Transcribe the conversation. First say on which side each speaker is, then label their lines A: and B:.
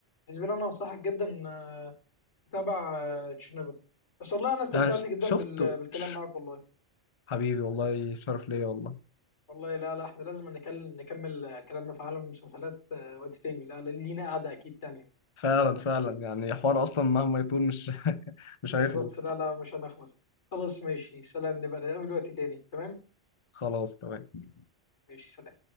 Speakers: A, on the left; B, on the left.
A: بالنسبه لي انا انصحك جدا آه، تبع آه، تشيرنوبل بس والله انا استمتعت
B: انا ش-
A: جدا
B: شفته
A: بال- بالكلام
B: ش...
A: معاك والله
B: حبيبي والله شرف ليا والله
A: والله لا لا احنا لازم نكل- نكمل آه، كلامنا في عالم المسلسلات آه، وقت تاني لا لا، لينا قعدة اكيد تانية
B: فعلا فعلا يعني حوار اصلا مهما يطول مش <laughs> مش
A: بالظبط
B: هيخلص
A: لا لا مش هنخلص خلاص ماشي سلام نبقى نتقابل وقت تاني تمام
B: خلاص تمام
A: ماشي سلام